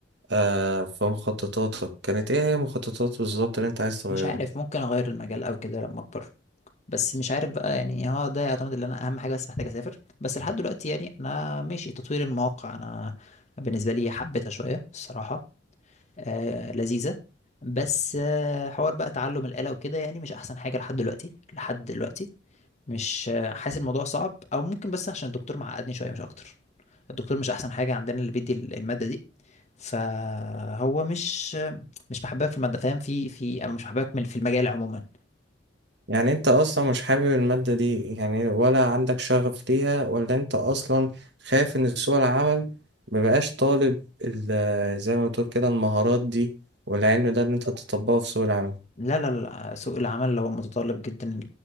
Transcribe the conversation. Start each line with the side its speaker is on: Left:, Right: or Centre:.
Right: آه في مخططاتك كانت إيه هي مخططات بالظبط اللي أنت عايز تغيرها؟
Left: مش عارف ممكن اغير المجال او كده لما اكبر بس مش عارف بقى يعني هو ده يعتمد ان انا اهم حاجه بس محتاج اسافر بس لحد دلوقتي يعني انا ماشي تطوير المواقع انا بالنسبه لي حبيتها شويه الصراحه آه لذيذه بس آه حوار بقى تعلم الآلة وكده يعني مش احسن حاجه لحد دلوقتي لحد دلوقتي مش حاسس الموضوع صعب او ممكن بس عشان الدكتور معقدني شويه مش اكتر الدكتور مش احسن حاجه عندنا اللي بيدي الماده دي فهو مش مش محببك في الماده فاهم في في أو مش محببك من- في المجال عموما
Right: يعني انت اصلا مش حابب المادة دي يعني ولا عندك شغف ليها ولا انت اصلا خايف ان سوق العمل مبقاش طالب ال- زي ما بتقول كده المهارات دي والعلم ده ان انت تطبقه في سوق العمل
Left: لا لا لا سوق العمل هو متطلب جدا